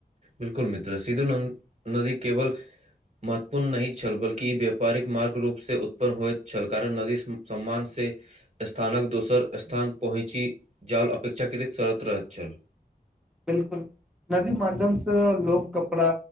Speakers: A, on the right (about 45°); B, in the centre.
A: बिलकुल मित्र सिंधु न नदी केवल महत्वपूर्ण नहि छल बल्कि ई व्यापारिक मार्ग रूपसँ उत्पन्न होइत छल कारण नदी सम्मान से स्थानक दोसर स्थान पहुँचि जाल अपेक्षाकृत शरत रहैत छल।
B: बिलकुल नदी माध्यमसँ लोक कपड़ा